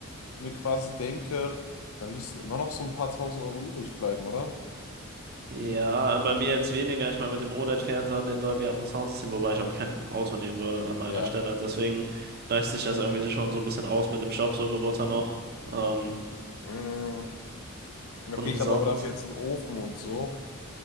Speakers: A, on the left; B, on the right.
A: mir quasi denke, da müssten immer noch so ein paar tausend Euro übrig bleiben, oder?
B: ja, bei mir jetzt weniger. Ich meine, mit dem OLED-Fernseher und dem Dolby Atmos Soundsystem, wobei ich auch kein Auto nehmen würde an meiner
A: Ja.
B: Stelle. Deswegen gleicht sich das irgendwie so schon so ein bisschen aus mit dem Staubsaugerroboter noch. Ähm,
A: Mm, okay,
B: und
A: ich
B: sonst,
A: habe aber dafür jetzt einen Ofen und so.